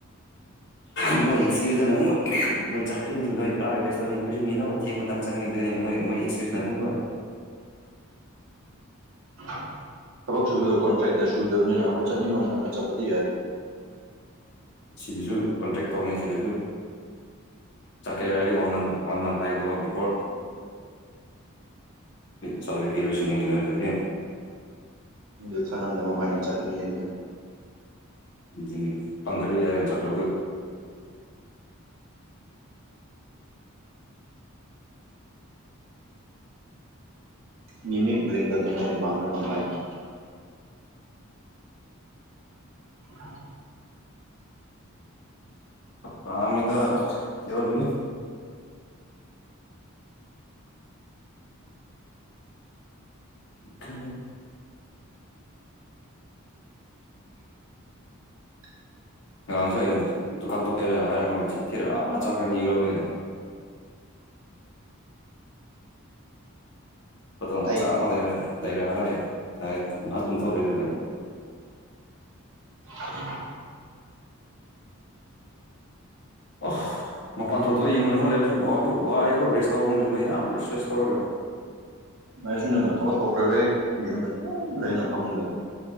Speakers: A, on the right; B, on the left.
A: <inaudible>
B: ꯃꯣꯏ ꯑꯦꯛꯁꯀ꯭ꯌꯨꯖꯇꯅꯨꯛ ꯅꯣꯏ ꯆꯠꯈꯠꯔꯤ ꯃꯤ ꯅꯣꯏꯕꯨ ꯀꯔꯥ ꯑꯣꯏꯕ ꯄꯦꯁꯇꯣꯅꯤ ꯑꯩꯈꯣꯏꯁꯨ ꯃꯤꯅꯕꯨꯣꯏ ꯊꯤꯕ ꯃꯇꯝ ꯆꯪꯉꯦꯗꯣꯏꯅꯤꯅꯦ ꯃꯣꯏ ꯑꯦꯛꯁꯀꯌꯨꯁ ꯅ ꯑꯃꯨ ꯀꯣ
A: <inaudible> ꯊꯕꯛ ꯁꯨꯕꯗ ꯀꯣꯟꯇ꯭ꯔꯦꯛꯇ ꯁꯨꯗꯕꯅꯤꯅ ꯑꯩꯈꯣꯏ ꯆꯠꯅꯤꯡꯕ ꯃꯇꯝꯝꯗ ꯆꯠꯄꯗꯤ ꯌꯥꯏꯅꯤ
B: ꯁꯤꯗꯁꯨ ꯀꯣꯟꯇꯦꯛ ꯇꯧꯅꯤ ꯁꯤꯗꯁꯨ ꯆꯀ ꯍꯥꯏꯗꯤ ꯋꯥꯟ ꯃꯟ ꯋꯥꯟ ꯃꯟ ꯍꯥꯏꯗꯣ ꯕꯤꯐꯣꯔꯣꯔ ꯆꯂꯦꯇꯁ ꯌꯦꯗ ꯅꯠꯇ꯭ꯔꯗꯤꯦ
A: ꯑꯗꯨ ꯈꯅꯥꯟꯗ ꯑꯃ ꯄꯥꯏꯅ ꯆꯥꯄꯤꯅꯤ ꯍꯦꯗ
B: ꯎꯝ ꯄꯪꯈꯖ ꯌꯥ ꯌꯥꯝ ꯈꯗ
A: ꯃꯤꯃꯤꯛ ꯭ꯂꯤꯟꯗꯗꯦꯡꯔꯤ ꯃꯥꯡ꯭ꯔꯕꯥꯟ ꯍꯥꯏꯥꯏꯅꯤ ꯎꯝ
B: ꯔꯝꯗ ꯌꯥꯎꯔꯤ ꯈ
A: <inaudible>
B: ꯉꯔꯥꯡꯁꯨꯏ ꯗꯨꯀꯥꯟ ꯊꯣꯛꯀꯦꯔ ꯍꯥꯏꯔꯝꯃꯒ ꯆꯠ ꯊꯤꯔ ꯑꯥ ꯆꯈꯅꯤ ꯌꯂꯣ ꯅ
A: <unintelligible>
B: ꯃꯆꯥ
A: ꯑꯩꯒꯤ
B: ꯃ ꯂꯩ ꯂꯩꯔꯛꯍ ꯂꯑꯦꯥꯏꯦ ꯉꯥꯏꯍꯥꯛ ꯇꯨꯝꯊꯣꯛꯀꯦꯗꯨꯒ
A: <unintelligible>
B: ꯑꯣ ꯃꯄꯥꯟ ꯊꯣꯛꯇ ꯌꯃ ꯃꯅꯨꯡ ꯂꯩꯔꯁꯨ ꯋꯥꯕꯗꯤ ꯋꯥꯏꯦꯀꯣ ꯔꯦꯁ ꯇꯧꯕ ꯉꯝꯗꯕ ꯌꯥꯝ ꯔꯦꯁ ꯔꯦꯁ ꯇꯧꯔꯒ
A: ꯃ ꯁꯤꯗ ꯅ ꯊꯕ ꯇꯧꯈ꯭ꯔꯥꯏꯩ ꯏꯗ ꯄ ꯂꯩ ꯍ ꯅꯅꯥ ꯐꯝꯗ